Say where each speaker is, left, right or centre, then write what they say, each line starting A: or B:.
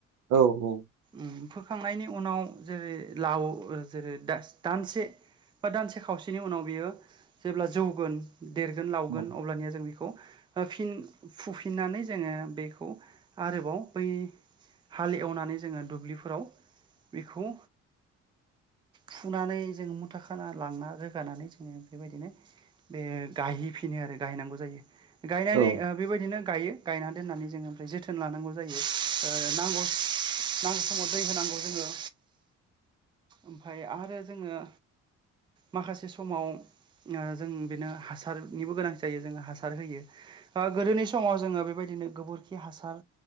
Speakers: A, on the right; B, on the right.
A: औ ओम
B: ओम फोखांनायनि उनाव जेरै लाव जेरै दानसे बा दानसे खावसेनि उनाव बियो जेब्ला जौगोन देरगोन लावगोन
A: औ
B: अब्लानिया जों बेखौ फिन फुफिननानै जोङो बेखौ आरोबाव बै हाल एवनानै जोङो दुब्लिफोराव बेखौ फुनानै जोंङो मुथा खाना लांना रोगानानै जोङो बेबायदिनो बे गायहैफिनो आरो गायनांगौ जायो। गायनानै
A: औ
B: बेबायदिनो गायो गायनानै दोन्नानै जोङो ओमफ्राय जोथोन जोथोन लानांगौ जायो नांगौ नांगौ समाव दै होनांगौ जोङो ओमफ्राय आरो जोङो माखासे समाव जों बेनो हासारनिबो गोनांथि जायो जों हासार होयो। ओ गोदोनि समाव जोङो बेबायदिनो गोबोरखि हासार